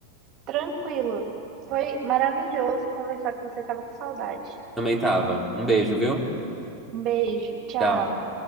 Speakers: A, on the right; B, in the centre.
A: Tranquilo. Foi maravilhoso conversar com você, tava com saudade.
B: Também tava. Um beijo, viu?
A: Um beijo, tchau.
B: Tchau.